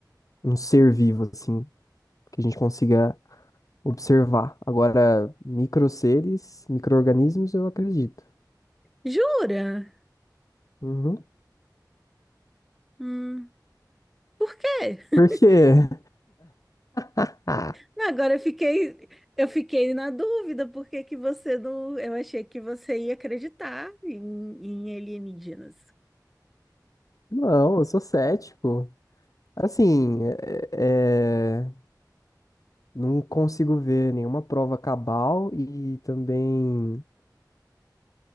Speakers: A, on the left; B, in the centre.
A: um ser vivo, assim, que a gente consiga observar. Agora, micro seres, micro-organismos, eu acredito.
B: Jura?
A: Uhum.
B: Hum, por quê? <laughs>
A: Por quê? <laughs>
B: Não, Agora eu fiquei, eu fiquei na dúvida, porque que que você não, eu achei que você ia acreditar em, em alienígenas.
A: Não, eu sou cético. Assim, é... é- Não consigo ver nenhuma prova cabal e também,